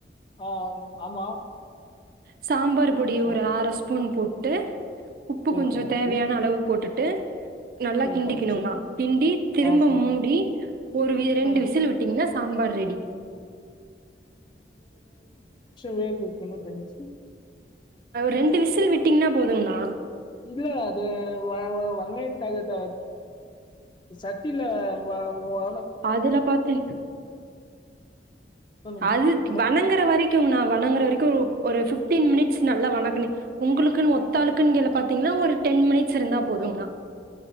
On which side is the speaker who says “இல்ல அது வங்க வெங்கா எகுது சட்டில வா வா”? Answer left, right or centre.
Left